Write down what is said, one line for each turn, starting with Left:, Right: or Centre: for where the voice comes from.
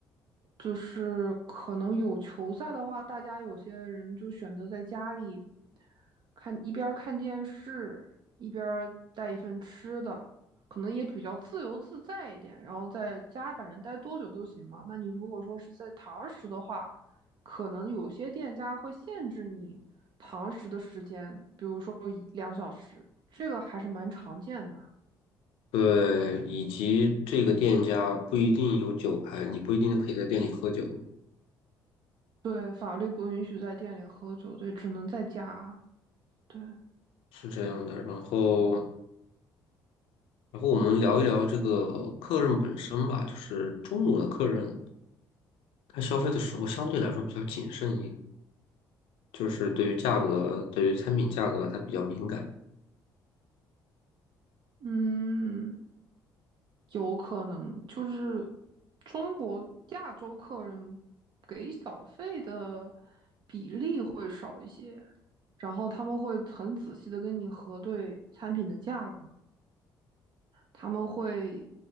Right: 就是可能有球赛的话，大家有些人就选择在家里看，一边儿看电视，一边儿带一份吃的，可能也比较自由自在一点。然后在家反正待多久都行嘛。那你如果说是在堂食的话，可能有些店家会限制你堂食的时间，比如说一两小时，这个还是蛮常见的。
Left: 对，以及这个店家不一定有酒牌，你不一定可以在店里喝酒，
Right: 对，法律不允许在店里喝酒，对，只能在家。对，
Left: 是这样的。然后，然后我们聊一聊这个客人本身吧，就是中午的客人，他消费的时候相对来说比较谨慎一，就是对于价格，对于产品价格他比较敏感。
Right: 嗯，有可能就是中国亚洲客人给小费的比例会少一些，然后他们会很仔细的跟你核对产品的价格。他们会